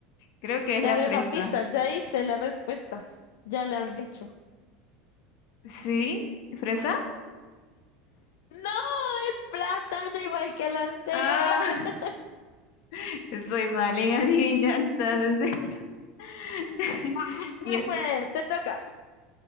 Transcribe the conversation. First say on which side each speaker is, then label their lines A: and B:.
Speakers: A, on the left (about 60°); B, on the left (about 80°).
A: creo que es
B: Te
A: la
B: doy
A: fresa.
B: una pista, ya diste la respuesta, ya la has dicho.
A: ¿Sí? ¿Fresa?
B: ¡No! ¡El plátano igual que el anterior!
A: Ah,
B: <laughs>
A: <laughs> soy mal en adivinanzas, en serio. <laughs>
B: ¡Vamos que
A: Ya,
B: se puede! ¡Te toca!